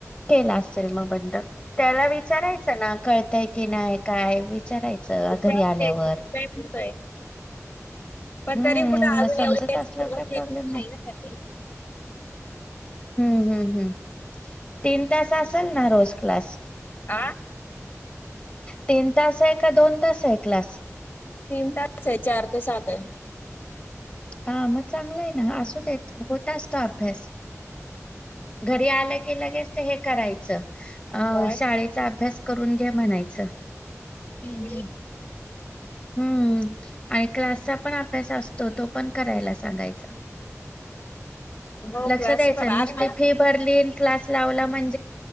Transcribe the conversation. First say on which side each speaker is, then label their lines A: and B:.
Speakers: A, on the left (about 25°); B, on the left (about 40°).
A: केला अस ि बंद त्याला विचारायच ना कळतय की नाही काय विचारायचं
B: विचारते
A: घरी आल्यावर
B: विचारतोय. पण
A: हम्म
B: तरी कुठं
A: मग
B: अजून
A: समजत
B: एवढी
A: असल्यावर
B: सुरुवात
A: काय प्रॉब्लेम
B: केली
A: नाही
B: ना त्यांनी.
A: हम्म हम्म हम्म तीन तास असेल ना रोज क्लास
B: आ?
A: तीन तास आहे का दोन तास आहे क्लास
B: तीन तास आहे चार ते सात आहे
A: हा मग चांगलं आहे ना असू द येत होत असतो अभ्यास घरी आलं की लगेच हे करायचं अ
B: काय
A: शाळेचा अभ्यास करून घ्या म्हणायचं
B: हम्
A: हम्म आणि क्लासचा पण अभ्यास असतो तो तो पण करायला सांगायचा
B: हो
A: लक्षात
B: क्लास
A: दच
B: अरे
A: नुसती
B: मला
A: फी भरली क्लास लावला ण